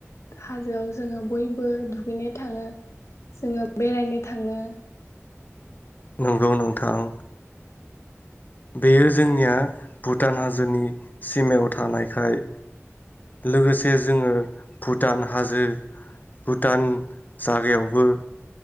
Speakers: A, on the left; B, on the left.
A: हाजोआव जोङो बयबो दुगैनो थाङो जोङो बेरायनो थाङो।
B: नंगौ नोंथां। बेयो जोंनिया भुटान हाजोनि सिमायाव थानायखाय लोगोसे जोङो भुटान हाजो भुटान जागायावबो